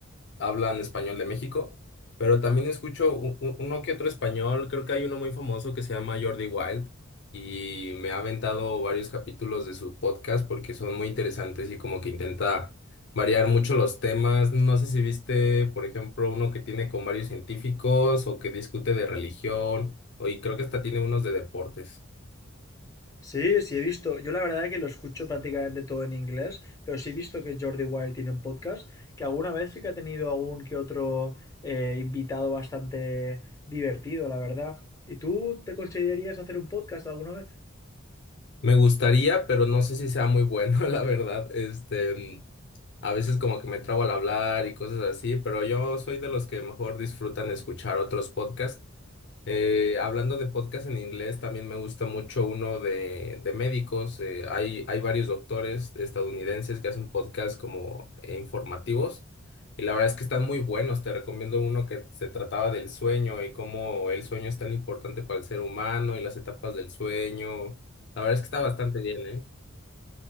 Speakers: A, on the left; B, on the left.
A: hablan español de México, pero también escucho u- u- uno que otro español, creo que hay uno muy famoso que se llama Jordi Wild y me ha aventado varios capítulos de su podcast porque son muy interesantes y como que intenta variar mucho los temas. No sé si viste, por ejemplo, uno que tiene con varios científicos o que discute de religión, o y creo que hasta tiene unos de deportes.
B: Sí, sí he visto. Yo la verdad que lo escucho prácticamente todo en inglés, pero sí he visto que Jordi Wild tiene un podcast, que alguna vez sí que ha tenido algún que otro eh, invitado bastante divertido, la verdad. ¿Y tú te considerarías hacer un podcast alguna vez?
A: Me gustaría, pero no sé si sea muy bueno, <laughs> la verdad. Este, A veces como que me trabo al hablar y cosas así, pero yo soy de los que mejor disfrutan escuchar otros podcasts. Eh, hablando de podcasts en inglés, también me gusta mucho uno de, de médicos. Eh, hay, hay varios doctores estadounidenses que hacen podcasts como eh, informativos y la verdad es que están muy buenos. Te recomiendo uno que se trataba del sueño y cómo el sueño es tan importante para el ser humano y las etapas del sueño. La verdad es que está bastante bien, ¿eh?